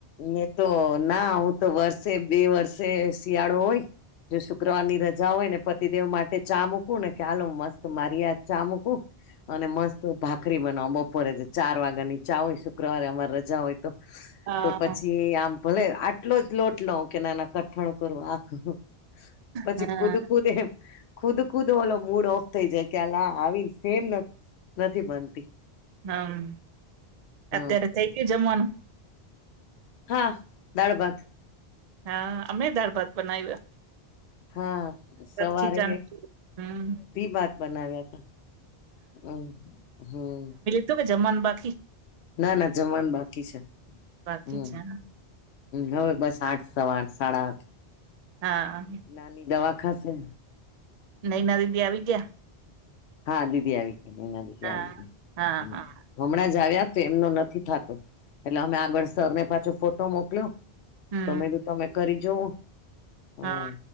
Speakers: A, on the left; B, on the right.
A: મેં તો ના હું તો વર્ષે બે વર્ષે શિયાળો હોય. જો શુક્રવાર ની રજા હોય ને પતિદેવ માટે ચા મૂકવું ને કે હાલો મસ્ત મારી <unintelligible> ચા મૂકું. અને મસ્ત ભાખરી બનવા બપોરે છે ચાર વાગ્યા નીચા હોય શુક્રવારે અમારે રજા હોય.
B: હા
A: તો પછી ભલે આટલો જ લોટ લઉ કે નાના કઠણ કરું આ કરું પછી
B: હા
A: <unintelligible> ખુદ એમ ખુદ ખુદ ઓલો મૂડ ઓફ થઈ જાય કે ના આવીને સેમ નથી. નથી બનતી.
B: હમ
A: હ
B: અત્યારે થઇ ગયું જમવાનું.
A: હા દાળ ભાત.
B: હા અમે દાળ ભાત બનાયવા.
A: હા સવારે.
B: ખીચાનું હમ
A: ભા ત બનાવ્યા હતા <unintelligible> હમ.
B: તો કે જમવાન બાકી
A: ના ના જમાવાનું બાકી છે
B: બાકી
A: હમ.
B: છે
A: હવે બસ આઠ સવા આઠ સાડા આઠ.
B: હા.
A: નાની દવા ખાશે.
B: નયના દીદી આવી ગયા.
A: હા દીદી આવી ગયા.
B: હા હા
A: <inaudible>
B: હા.
A: હમણાં જ આવ્યા તો એમનો નથી થતો એટલે અમે આગળ સરને પાછો ફોટો મોકલ્યો.
B: હમ
A: તો મે કીધું તમે કરી જોવો. હમ
B: હા.